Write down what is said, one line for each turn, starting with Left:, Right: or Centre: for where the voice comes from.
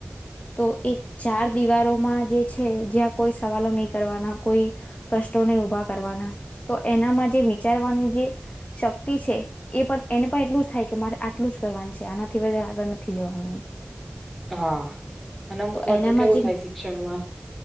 Left: તો એક ચાર દિવારોમાં જે છે જ્યાં કોઈ સવાલો નહી કરવાના કોઈ પ્રશ્નો નહી ઉભા કરવાના તો એનામાં જે વિચારવાની જે શક્તિ છે એ પણ એને પણ એટલું જ થાય કે મારે આટલું જ કરવાનું છે આનાથી વધારે આગળ નથી જવાનું એમ.
Centre: હા અને અમુક વાર
Left: એનામાં
Centre: તો કેવું
Left: જે
Centre: થાય શિક્ષણમાં